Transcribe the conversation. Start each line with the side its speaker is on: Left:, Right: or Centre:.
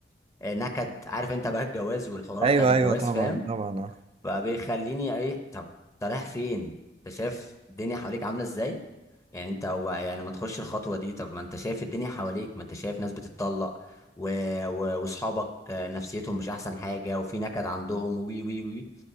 Left: آه، نكد عارف انت بقى الجواز والحوارات
Right: ايوه
Left: بتاعت الجواز
Right: ايوه طبعا
Left: فاهم
Right: طبعا آه.
Left: فبيخليني ايه طب انت رايح فين انت شايف الدنيا حواليك عامله ازاي يعني انت او بقى يعني ما تخش الخطوه دي طب ما انت شايف الدنيا حواليك ما انت شايف ناس بتتطلق و... و... واصحابك آه، نفسيتهم مش احسن حاجه وفي نكد عندهم وي وي وي